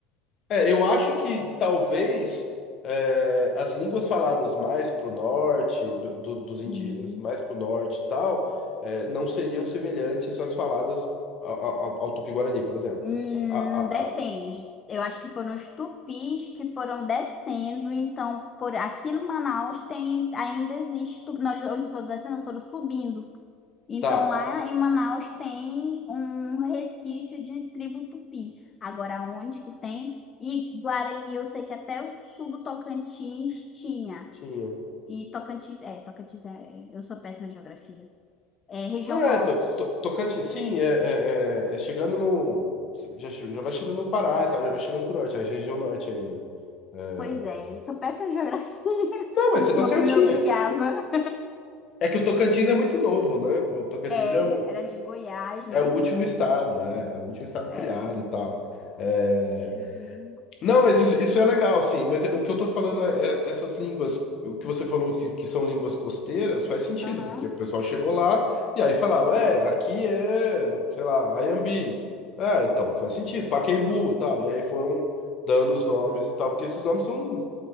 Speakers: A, on the left (about 40°); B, on the left (about 25°).
A: é, eu acho que talvez é, as línguas faladas mais pro norte do- do- dos indígenas,
B: Uhum.
A: mais pro norte e tal, é, não seriam semelhantes às faladas ao, ao, ao Tupi-Guarani, por exemplo.
B: Hum,
A: A, a, a-
B: depende.
A: a-
B: Eu acho que foram os tupis que foram descendo, então por aqui no Manaus tem ainda existe, tupi- não, eles eles foram descendo, eles foram subindo. Então
A: tá,
B: lá em Manaus tem um resquício de tribo tupi. Agora onde que tem? E Guarani, eu sei que até o sul do Tocantins tinha.
A: tinha.
B: E Tocantins, é, Tocantins é, é, eu sou péssima em geografia. É região
A: Não é,
B: norte.
A: to, to- Tocantins, sim, é, é- é- é chegando no. Já, che- já vai chegando no Pará
B: É.
A: e tal, já vai chegando pro norte, é a região norte ainda. É.
B: Pois é, eu sou péssima em geografia,
A: Não,
B: <laughs> por
A: mas
B: isso
A: você tá
B: que mamãe
A: certinha.
B: me obrigava.
A: É que o Tocantins é muito novo, né? O Tocantins
B: É,
A: é o,
B: era de Goiás,
A: é
B: né?
A: o último estado, é, é o último estado
B: É.
A: criado e tal. É,
B: Deixa eu ver.
A: Não, mas isso, isso é legal, sim. Mas o que eu tô falando é, é essas línguas, o que você falou que, que são línguas costeiras, faz sentido,
B: Aham.
A: porque o pessoal chegou lá e aí falava, é, aqui é, sei lá, Ayambi. Ah, então, faz sentido, Pacaembu e tal. E aí foram dando os nomes e tal, porque esses nomes são,